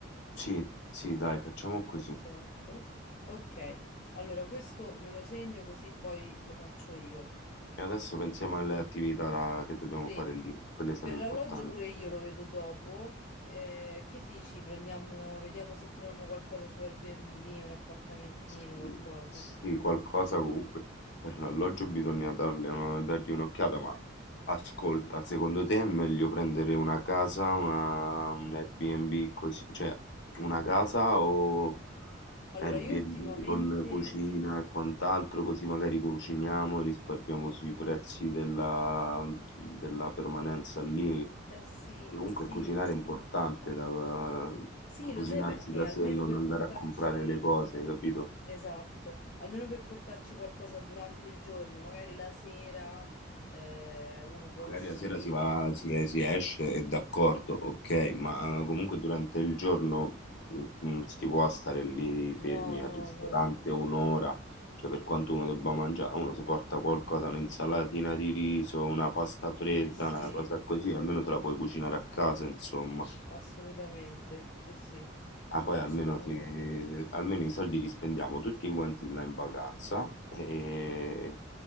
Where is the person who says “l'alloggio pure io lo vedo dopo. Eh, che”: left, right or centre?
Left